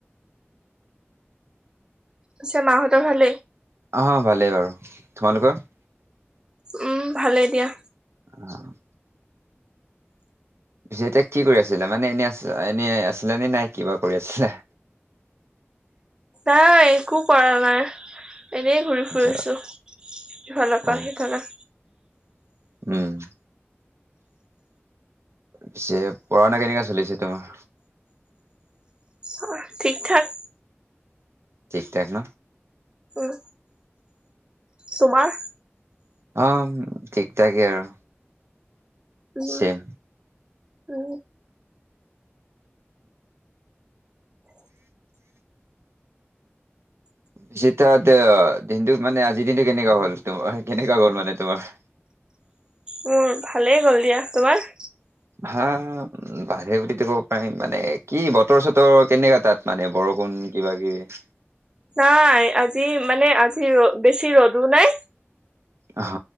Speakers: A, on the right; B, on the right.
A: পিছে মাহঁতৰ ভালেই?
B: অ', ভালেই বাৰু। তোমালোকৰ?
A: উম, ভালেই দিয়া।
B: অ'। পিছে এতিয়া কি কৰি আছিলে মানে এনে আ এনেই আছিলা নে নাই কিবা কৰি আছিলা?
A: নাই একো কৰা নাই। এনেই ঘূৰি
B: আচ্ছা
A: ফুৰিছো ইফালৰ
B: অ
A: পৰা সিফালে।
B: উম। পিছে পঢ়া শুনা কেনেকা চলিছে তোমাৰ?
A: অ', ঠিক ঠাক।
B: ঠিক ঠাক ন?
A: উম, তোমাৰ?
B: অ', ঠিক থাকেই আৰু
A: উম
B: চেম।
A: উম। <inaudible>
B: <unintelligible> দিনটো মানে আজিৰ দিনটো কেনেকা হ'ল তোমাৰ কেনেকা গ'ল মানে তোমাৰ?
A: মোৰ ভালেই গ'ল দিয়া। তোমাৰ?
B: হা বাহে উ ক'ব পাৰিম মানে কি বতৰ চতৰ কেনেককা তাত মানে বৰষুণ কিবা কিবি।
A: নাই আজি মানে আজি ৰ বেছি ৰ'দো নাই
B: অহ